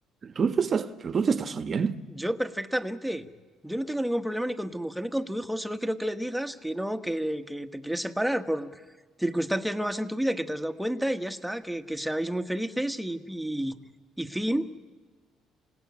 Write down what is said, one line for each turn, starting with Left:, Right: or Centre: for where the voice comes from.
Right: ¿Tú te estás, pero tú te estás oyendo?
Centre: Yo perfectamente. Yo no tengo ningún problema ni con tu mujer ni con tu hijo. Solo quiero que le digas que no, que, que te quieres separar por circunstancias nuevas en tu vida que te has dado cuenta y ya está. Que, que seáis muy felices y, y, y fin.